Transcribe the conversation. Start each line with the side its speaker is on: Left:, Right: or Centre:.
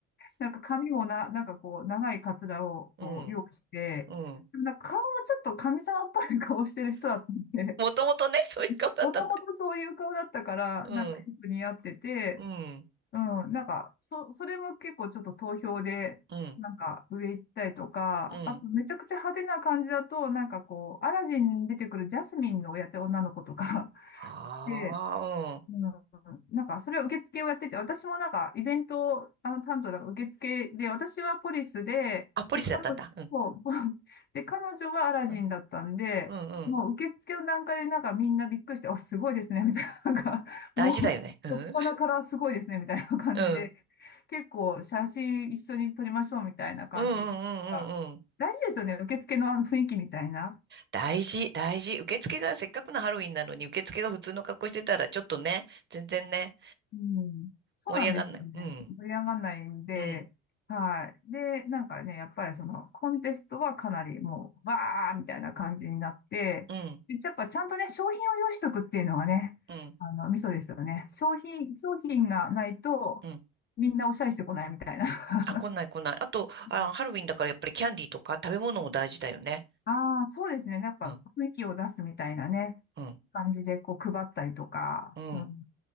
Left: なんか髪もな、なんかこう、長いカツラをこう用意して、
Right: な。うん。うん。
Left: でもなんか顔もちょっと神様っぽい顔してる人だったんで、
Right: もともとね、そういう顔だったの
Left: <laughs> もともとそういう顔だったから、
Right: ね。
Left: なんかよく似合ってて、
Right: うん。うん。
Left: うん、なんか、そ、それも結構ちょっと投票で、
Right: うん。
Left: なんか上行ったりとか、
Right: うん。
Left: あとめちゃくちゃ派手な感じだと、なんかこう、アラジンに出てくるジャスミンのやってる女の子とか
Right: ああ、
Left: <laughs>、で、
Right: うん。
Left: うんなんか、それは受付をやってて、私もなんか、イベント、あの、担当だから受付で、私はポリスで、
Right: あ、ポリスだったんだ。
Left: で、彼女、
Right: うん。
Left: そう <laughs> で、彼女はアラジンだったんで、
Right: うん。うん。
Left: もう受付の段階でなんかみんなびっくりして、
Right: うん
Left: あ、すごいですね、みたいな、なんか、<laughs>
Right: 大事だよね。
Left: もう、
Right: うん。
Left: どっぱなからすごいですね、みたいな感じで、
Right: うん。
Left: 結構写真一緒に撮りましょう、みたいな感じで。
Right: うんうんうんうんうん。
Left: 大事ですよね、受付のあの雰囲気みたいな。
Right: 大事、大事。受付がせっかくのハロウィンなのに、受付が普通の格好してたら、ちょっとね、全然ね、
Left: うん、そうなんですよね。
Right: 盛り上がんない。うん。
Left: 盛り上がらないんで、
Right: うん。
Left: はい。で、なんかね、やっぱりそのコンテストはかなりもう、わーみたいな感じになって、
Right: うん。
Left: でやっぱちゃんとね、商品を用意しとくっていうのがね、
Right: うん。
Left: あの、ミソですよね。商品、商品がないと、
Right: うん。
Left: みんなおしゃれしてこないみたいな。
Right: あ、来ない来ない。あと、
Left: <laughs>
Right: あ、ハロウィンだからやっぱりキャンディーとか食べ物も大事だよね。
Left: ああー、そうですね。やっぱ雰囲気を出すみたいなね、
Right: うん、うん、
Left: 感じでこう配ったりとか、
Right: うん。
Left: うん、